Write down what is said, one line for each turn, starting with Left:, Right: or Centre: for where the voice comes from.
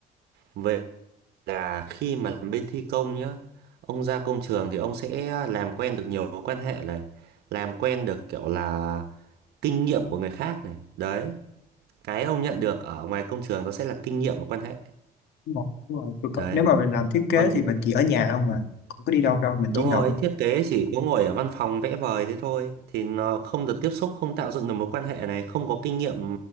Right: về là khi mà làm bên thi công nhá ông ra công trường thì ông sẽ làm quen được nhiều mối quan hệ này làm quen được kiểu là kinh nghiệm của người khác này đấy cái ông nhận được ở ngoài công trường đó sẽ là kinh nghiệm và quan hệ
Left: Đúng rồi, đúng rồi. Tôi có-
Right: đấy
Left: nếu mà mình làm thiết kế
Right: còn
Left: thì mình chỉ ở nhà không mà không có đi đâu đâu mình
Right: đúng
Left: chỉ nộp
Right: rồi thiết kế chỉ có ngồi ở văn phòng vẽ vời thế thôi thì nó không được tiếp xúc không tạo dựng được mối quan hệ này không có kinh nghiệm